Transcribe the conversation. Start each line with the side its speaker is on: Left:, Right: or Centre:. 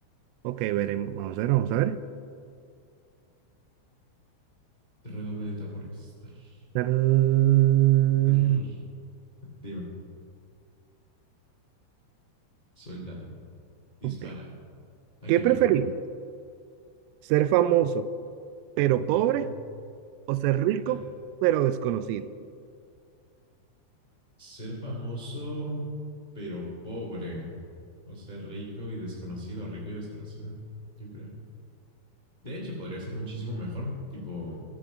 Right: Ok, veremos. Vamos a ver, vamos a ver.
Left: Redoble de tambores. Trrr,
Right: Tarán.
Left: trrr. Dime, suéltalo. Dispara.
Right: Ok.
Left: A
Right: ¿Qué
Left: quemar
Right: preferís?
Left: ropa.
Right: ¿Ser famoso pero
Left: Ok.
Right: pobre o ser rico
Left: <laughs>
Right: pero desconocido?
Left: Ser famoso, pero pobre. O ser rico y desconocido, rico y desconocido, yo creo. De hecho, podría ser muchísimo mejor. Tipo,